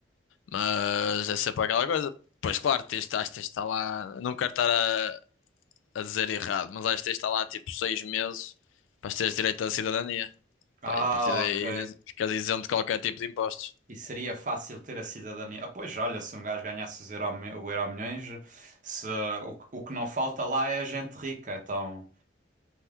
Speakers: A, on the left; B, on the right.
A: Mas é sempre aquela coisa. Pois claro, tens, acho que tens de estar lá, não quero estar a, a dizer errado, mas acho que tens de estar lá tipo seis meses para teres direito à cidadania.
B: Ah,
A: Pá, e a partir daí
B: ok.
A: ficas isento de qualquer tipo de impostos.
B: E seria fácil ter a cidadania. Ah, pois olha, se um gajo ganhasse os euro, o Euromilhões, se, o, que- o que não falta lá é gente rica, então.